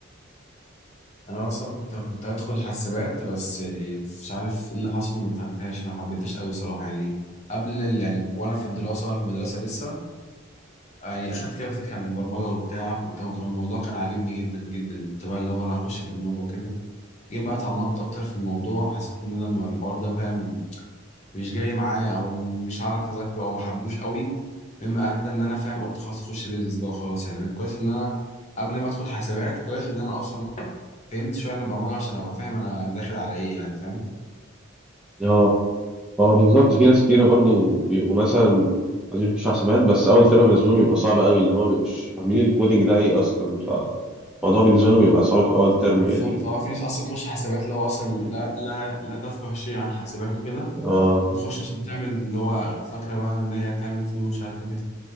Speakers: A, on the left (about 35°); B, in the centre.
A: انا اصلا كنت كنت هدخل حسابات بس مش عارف ايه اللي حصل ما دخلتهاش ما حبيتهاش قوي صراحه يعني قبل ال- يعني وانا في الدراسه وانا في المدرسه لسه يعني اخدت كده فكره عن البرمجه وبتاع كنت كان الموضوع كان عاجبني جدا جدا كنت بقى اللي هو انا هخش برمجه وكده جيت بقى اتعمقت اكتر في الموضوع حسيت ان انا الم- الحوار ده فاهم مش جاي معايا او مش هعرف اذاكره او ما حبيتوش قوي مما ادى ان انا فاهم قلت خلاص اخش بيزنس بقى وخلاص يعني أنا كويس ان انا قبل ما ادخل حسابات كويس ان انا اصلا فهمت شويه عن البرمجه عشان ابقى فاهم انا داخل على ايه يعني فاهم
B: مم. اه بالظبط في ناس كتيرة برضو بيبقوا مثلا عايزين يخشوا حسابات بس أول ترم بالنسبة لهم بيبقى صعب قوي اللي هما مبيبقوش فاهمين الكودينج ده إيه أصلا فالموضوع بالنسبة لهم بيبقى صعب في أول ترم
A: بالظبط
B: يعني
A: هو في ناس اصلا بتخش حسابات اللي هو اصلا لا لا لا تفقه شيء عن حسابات وكده
B: اه
A: بتخش عشان تعمل اللي هو فاكرة بقى إن هي تعمل فلوس مش عارف كده